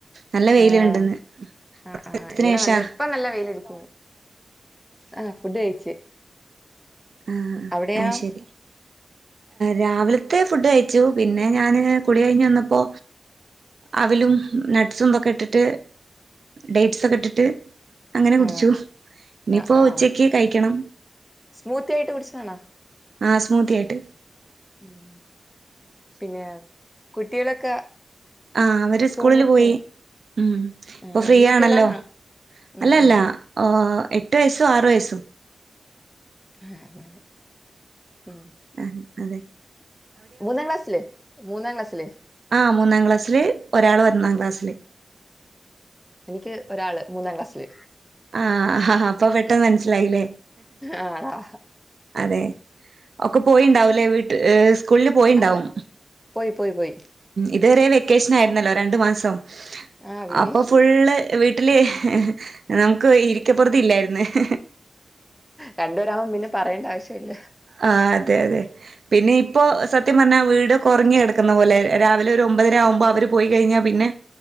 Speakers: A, on the right; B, in the centre.
A: നല്ല വെയിലുണ്ടെന്ന്
B: ആഹ്
A: കുറച്ച്
B: ആഹ് ആഹ്
A: ദിവസത്തിന്ശേഷമാ
B: ഇവിടെ നല്ല ഇപ്പ
A: <unintelligible>
B: നല്ല വെയിലടിക്കുന്ന് ആഹ് ഫുഡ് കഴിച്ച്
A: ആ ആ
B: അവിടെയാ
A: അയ് ശരി രാവിലത്തെ ഫുഡ് കഴിച്ചു പിന്നെ ഞാന് കുളി കഴിഞ്ഞു വന്നപ്പോ അവിലും നട്ട്സുംമൊക്കെ ഇട്ടിട്ട് ഡേറ്റ്സ് ഒക്കെ ഇട്ടിട്ട് അങ്ങനെ കുടിച്ചു
B: ആഹ്
A: ഇനിയിപ്പോ
B: ആഹ് ആഹ്
A: ഉച്ചക്ക്
B: ആഹ്
A: കഴിക്കണം
B: സ്മൂത്തി ആയിട്ട് കുടിച്ചതാണോ
A: ആ സ്മൂത്തിയായിട്ട്
B: ഉം പിന്നെ കുട്ടികളൊക്കെ
A: ആ അവര്
B: സ്കൂളിൽ
A: സ്കൂളില് പോയി
B: പോയോ
A: ഉം
B: ആഹ്
A: ഇപ്പൊ
B: വല്യ
A: ഫ്രീ
B: കുട്ടികളാണോ
A: ആണല്ലോ
B: ഉം
A: അല്ലല്ല
B: ഉം
A: എട്ട് വയസ്സും ആറ് വയസ്സും
B: അതെ അതെ ഉം
A: ആ അതെ
B: മൂന്നാം ക്ലാസില് മൂന്നാം ക്ലാസ്സില്
A: ആ മൂന്നാം ക്ലാസ്സില് ഒരാള് ഒന്നാം ക്ലാസ്സില്
B: എനിക്ക് ഒരാള് മൂന്നാം ക്ലാസില്
A: ആഹ് ആ അപ്പൊ ട്ടം മനസ്സിലായില്ലേ
B: ആഹ്
A: അതെ ഒക്കെ പോയിയുണ്ടാവലേ വീട്ടി യെസ് സ്കൂളില് പോയിണ്ടാവും
B: ആഹ് പോയി പോയി പോയി
A: ഇതുവരെ വെക്കേഷൻ ആയി രുന്നല്ലോ രണ്ടു മാസം
B: ആഹ് പിന്നെ
A: അപ്പൊ ഫുള്ള് വീട്ടില് നമുക്ക് ഇരിക്കപൊറുതി ഇല്ലായിരുന്നേ. <inaudible>
B: രണ്ടു പേരാവുമ്പം പിന്നെ പറയേണ്ട ആവശ്യം ഇല്ല.
A: ആ അതെ അതെ പിന്നെ ഇപ്പൊ സത്യം പറഞ്ഞാ വീട് ഉറങ്ങിെടക്കുന്ന പോലെ രാവിലെ ഒരു ഒമ്പതര ആകുമ്പോ അവര് പോയി കഴിഞ്ഞാൽ പിന്നെ